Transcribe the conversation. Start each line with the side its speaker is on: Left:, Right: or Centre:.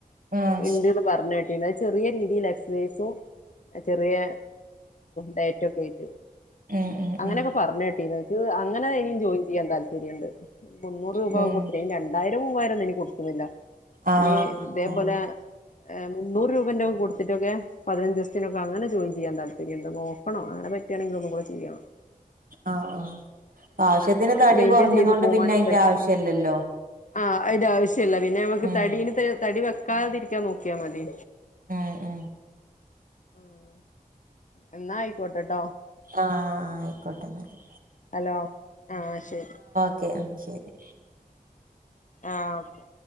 Right: ഉം
Left: ഇണ്ട്ന്ന് പറഞ്ഞ് കേട്ടീന് അത് ചെറിയ രീതിയിൽ എക്സസൈസും ചെറിയ ഡേറ്റൊക്കെയിട്ട്
Right: ഉം
Left: അങ്ങനെയൊക്കെ പറഞ്ഞ് കേട്ടീനു ഇത് അങ്ങനെ ഇനിയും ജോയി ചെയ്യാൻ താല്പര്യയുണ്ട് മുന്നൂറ് രൂപ
Right: ഉം
Left: കൊടുത്തിട്ടെ രണ്ടായിരം മൂവായിരം ഇനി കൊടുക്കുന്നില്ല
Right: ആഹ്
Left: ഇനി ഇതേപോലെ
Right: അതന്നെ
Left: മുന്നൂറുരൂപന്റെക്കെ കൊടുത്തിട്ടൊക്കെ പതിനഞ്ച് ദിവസത്തിനൊക്കങ്ങനെ ജോയിൻ ചെയ്യാൻ താല്പര്യമുണ്ട് നോക്കണം അങ്ങനെ പറ്റുകയാണെങ്കിൽ ഒന്നു കൂടെ ചെയ്യണം
Right: ആഹ് ആഹ് ആവശ്യത്തിന് തടി
Left: മെയിന്റീൻ
Right: കുറഞ്ഞതോണ്ട്
Left: ചെയ്ത് പോവാനും
Right: പിന്നെ അയിന്റെ
Left: പറ്റും
Right: ആവശ്യല്ലല്ലോ
Left: ആഹ് അതിന്റെ ആവശ്യല്ല പിന്നെ നമുക്ക്
Right: ഉം
Left: തടി ഇത് തടി വെക്കാതിരിക്കാൻ നോക്കിയാ മതി
Right: ഉം ഉം
Left: ഉം എന്നാ ആയിക്കോട്ടെട്ടോ
Right: ആഹ് ആയിക്കോട്ടെന്നാല്
Left: ഹലോ ആഹ് ശരി
Right: ഓക്കെ ആഹ് ശരി
Left: ആഹ് ഓക്കെ